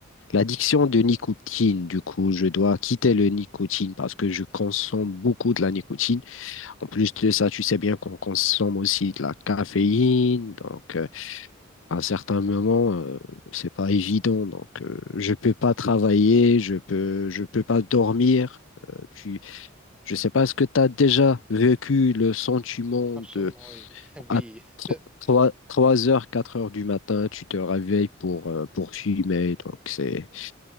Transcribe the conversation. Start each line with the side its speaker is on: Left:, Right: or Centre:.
Left: L'addiction de nicotine, du coup, je dois quitter le nicotine parce que je consomme beaucoup de la nicotine. En plus de ça, tu sais bien qu'on consomme aussi de la caféine, donc euh, à un certain moment, euh, c'est pas évident. Donc, euh, je peux pas travailler, je peux, je peux pas dormir. Euh, tu, je sais pas, est-ce que tu as déjà vécu le sentiment
Centre: Absolument,
Left: de
Centre: oui.
Left: à
Centre: <laughs>
Left: trois trois heures, 4 heures du matin, tu te réveilles pour, euh, pour fumer. Donc, c'est
Centre: Oui.